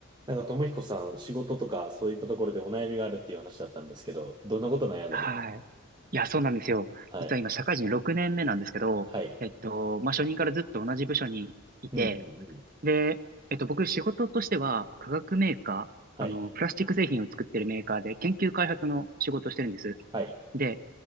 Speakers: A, on the right; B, on the right.
A: なんか、ともひこさん、仕事とか、そういったところでお悩みがあるっていう話だったんですけど、どんなこと悩んでる
B: はい。いや、そうなんですよ。
A: はい。
B: 実は今、社会人6年目なんですけど、
A: はい。
B: えっと、まあ、初任からずっと同じ部署にいて、
A: うん、うん、うん。
B: で、えっと、僕、仕事としては、化学メーカー、
A: はい。
B: あの、プラスチック製品を作ってるメーカーで、研究開発の仕事をしてるんです。
A: はい。
B: で、